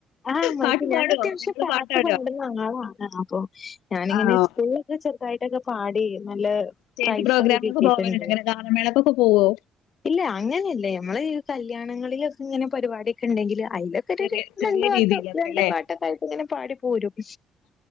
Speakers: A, on the left (about 50°); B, on the left (about 80°).
A: ആഹ് മൈക്ക്
B: പാട്ട്
A: ഞാൻ
B: പാടുവോ
A: അത്യാവശ്യം
B: നിങ്ങള്
A: പാ പാട്ട്
B: പാട്ടാടോ
A: പാടുന്ന ആളാണ് അപ്പൊ ഞാനിങ്ങനെ
B: ആണോ
A: സ്കൂളൊക്കെ ചെറുതായിട്ടൊക്കെ പാടി നല്ല
B: സ്റ്റേജ്
A: പ്രൈസൊക്കെ
B: പ്രോഗ്രാമിനൊക്കെ
A: കിട്ടിട്ടുണ്ട്.
B: പോവലുണ്ടോ ഇങ്ങനെ ഗാനമേളക്കൊക്കെ പോവോ
A: ഇല്ല അങ്ങനെയല്ല ഞമ്മള് കല്യാണങ്ങളിലൊക്കെ ഇങ്ങനെ പരിപാടിക്കെ ഇണ്ടെങ്കില് അയിലൊക്കൊരുരു
B: ചെറിയ ചെറിയ
A: രണ്ടു വാക്ക്
B: രീതിയിലൊക്കെ
A: രണ്ട്
B: അല്ലേ
A: പാട്ടൊക്കൊയിട്ട് ഇങ്ങനെ പാടി പോരും.